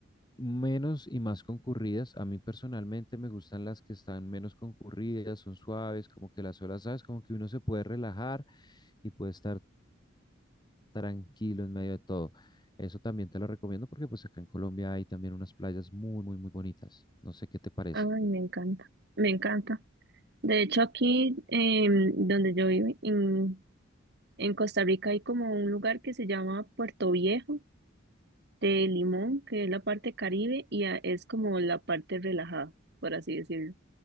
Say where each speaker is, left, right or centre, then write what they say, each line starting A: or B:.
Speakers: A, on the left; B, on the right.
A: menos y más concurridas. A mí personalmente me gustan las que están menos concurridas, son suaves, como que las olas, ¿sabes? Como que uno se puede relajar y puede estar tranquilo en medio de todo. Eso también te lo recomiendo porque pues acá en Colombia hay también unas playas muy, muy, muy bonitas. No sé qué te parece.
B: Ay, me encanta. Me encanta. De hecho, aquí em, donde yo vivo, en, en Costa Rica, hay como un lugar que se llama Puerto Viejo de Limón, que es la parte Caribe, y a- es como la parte relajada, por así decirlo.